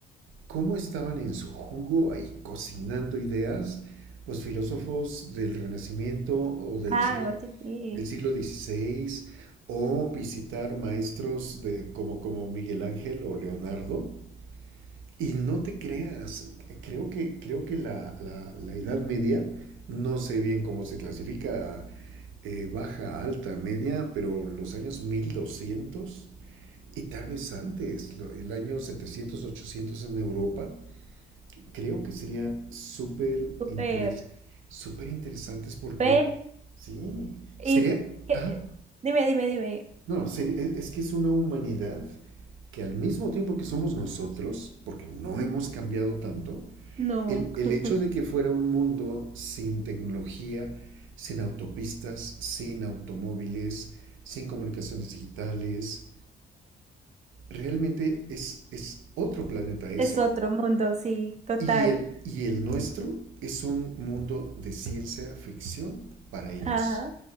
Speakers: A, on the right (about 80°); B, on the right (about 35°).
A: cómo estaban en su jugo ahí cocinando ideas, pues filósofos del Renacimiento o del
B: Ah,
A: siglo,
B: oye, sí,
A: del siglo XVI, o visitar maestros de, como, como Miguel Ángel o Leonardo Y no te creas, creo que, creo que la, la- la Edad Media, no sé bien cómo se clasifica, eh, baja, alta, media, pero los años 1200 y tal vez antes, lo- el año 700 800 en Europa, creo que sería súper
B: súper.
A: interes, súper interesantes porque,
B: Ven,
A: sí,
B: y
A: sería,
B: ¿qué?
A: ajá,
B: Dime, dime, dime.
A: no, seri- es es que es una humanidad que al mismo tiempo que somos nosotros, porque no hemos cambiado tanto,
B: No,
A: el, el
B: <laughs>
A: hecho de que fuera un mundo sin tecnología, sin autopistas, sin automóviles, sin comunicaciones digitales, realmente es, es otro planeta ese
B: es otro mundo, sí, total.
A: y el, y el nuestro es un mundo de ciencia ficción para ellos,
B: Ajá.